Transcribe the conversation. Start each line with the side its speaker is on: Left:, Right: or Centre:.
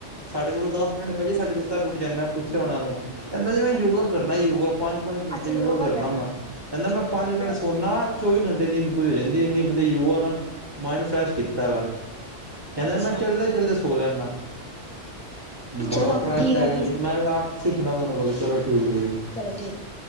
Right: ਸਾਡੇ ਕੋਲੋਂ ਦਸ ਮਿੰਟ ਬਹਿਏ ਸਾਡੀ ਲੱਤਾ ਟੁੱਟ ਜਾਣ ਮੈਂ ਪੁੱਛਿਆ ਉਹਨਾਂ ਨੂੰ ਕਹਿੰਦਾ ਜੀ ਮੈਂ ਯੋਗਾ
Centre: ਅੱਛਾ
Right: ਕਰਨਾ ਯੋਗਾ ਪੰਜ-ਪੰਜ ਘੰਟੇ
Centre: ਅੱਛਾ
Right: ਯੋਗਾ ਕਰਨਾ
Centre: ਕਰਦੇ
Right: ਮੈਂ।
Centre: ਨੇ।
Right: ਕੇਂਦਾ
Centre: ਚਲੋ
Right: ਮੈਂ ਪੰਜ
Centre: ਵਧੀਆ
Right: ਮਿੰਟ ਸੋਨਾ
Centre: ਗੱਲ
Right: ਚੌਵੀ ਘੰਟੇ ਨੀਂਦ ਪੂਰੀ ਹੋ ਜਾਂਦੀ ਇੰਨੀ ਵਧੀਆ ਯੁਵਾ ਨਾਲ ਮਾਇੰਡ ਫਰੈਸ਼ ਕੀਤਾ ਵਾ ਕਹਿੰਦਾ
Centre: ਅੱਛਾ
Right: ਮੈਂ ਚੱਲਦੇ ਚਲਦੇ ਸੋ ਲੈਂਨਾ ਬੁੜਾ
Centre: ਚਲੋ
Right: ਟ੍ਰੈਂਡ
Centre: ਠੀਕ
Right: ਹੈਗਾ
Centre: ਹੈ
Right: ਜੀ ਮੈਂ ਆਪ ਸਿੱਖਣਾ ਵਾ ਉਹਨਾਂ ਕੋਲ। ਚਲੋ ਠੀਕ
Centre: ਹਾਂਜੀ
Right: ਹੈ ਜੀ
Centre: ਚਲੋ ਠੀਕ